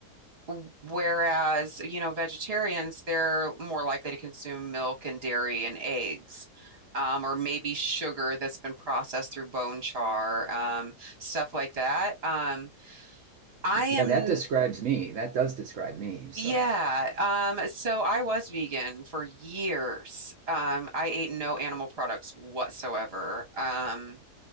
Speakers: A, on the right (about 40°); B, on the right (about 55°).
A: w- whereas, you know, vegetarians, they're more likely to consume milk and dairy and eggs. Um, or maybe sugar that's been processed through bone char, um, stuff like that. Um, I am.
B: Yeah, that describes me. That does describe me. So,
A: Yeah, um, so I was vegan for years. Um, I ate no animal products whatsoever. Um,